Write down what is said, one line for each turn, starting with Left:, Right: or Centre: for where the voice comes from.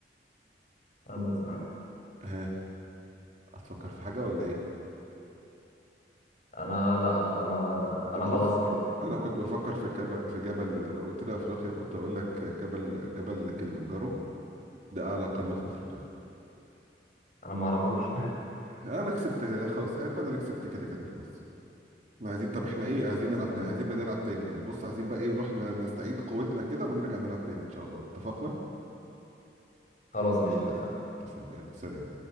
Left: خلاص تمام
Right: ها هتفكر في حاجه ولا ايه
Left: انا لا انا
Right: طب
Left: انا خلاص
Right: بص
Left: كده
Right: انا كنت بفكر في كب... في جبل لو قلت لي افريقيا كنت اقول لك جبل جبل كليمنجارو ده اعلى قمه في افريقيا
Left: انا ما اعرفوش <laughs>
Right: انا كسبت خلاص ايه، انا كسبت كده كده خلاص احنا عايزين طب احنا ايه عايزين
Left: خلاص
Right: نلعب
Left: تمام
Right: ت- عايزين بقى نلعب تاني يعني بص عايزين بقى ايه نروح ن- نستعيد قوتنا كده ونرجع نلعب تاني ان شاء الله اتفقنا
Left: خلاص ماشي اتفقنا
Right: اتفقنا يلا سلام